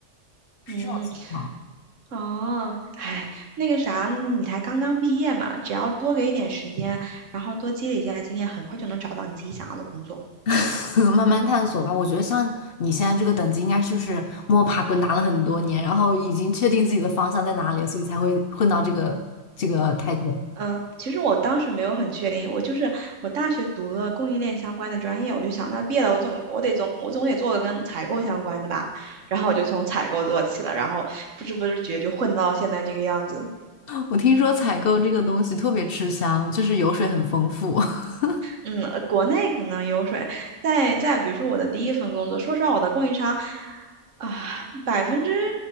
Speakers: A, on the left; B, on the right.
A: 是这种情况，
B: 嗯，哦，哎，那个啥，你才刚刚毕业嘛，只要多给一点时间，然后多积累一下经验，很快就能找到你自己想要的工作。
A: <laughs> 慢慢探索吧。我觉得像你现在这个等级，应该就是摸爬滚打了很多年，然后已经确定自己的方向在哪里了，所以才会混到这个这个态度。
B: 嗯，其实我当时没有很确定，我就是我大学读了供应链相关的专业，我就想那毕业了，我总我得总我总得做个跟采购相关的吧，<laughs> 然后我就从采购做起了，然后不知不觉就混到现在这个样子。
A: 我听说采购这个东西特别吃香，就是油水很丰富。<laughs>
B: 嗯，呃国内可能有水，在在比如说我的第一份工作，说实话，我的供应商啊，百分之